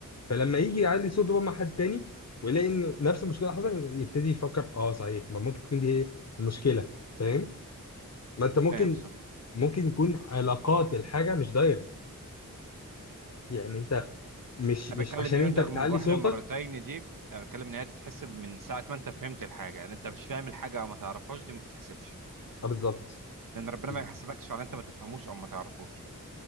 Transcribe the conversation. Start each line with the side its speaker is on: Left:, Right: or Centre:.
Left: فلما يجي يعلي صوته بقى مع حد تاني ويلاقي ان نفس المشكله حصلت يبتدي يفكر اه صحيح ما ممكن تكون دي هي المشكله فاهم ما انت ممكن
Right: فاهم صح
Left: ممكن يكون علاقات الحاجة مش دايركت يعني انت مش مش
Right: انا بتكلم
Left: عشان
Right: يلدغ
Left: انت بتعلي
Right: من جحر
Left: صوتك
Right: مرتين دي انا بتكلم ان هي تتحسب من ساعه ما انت فهمت الحاجه يعني انت مش فاهم الحاجه او ما تعرفهاش دي ما تتحسبش
Left: اه بالظبط
Right: لان ربنا
Left: بز-
Right: ما يحاسبكش على انت ما تفهموش او ما تعرفوش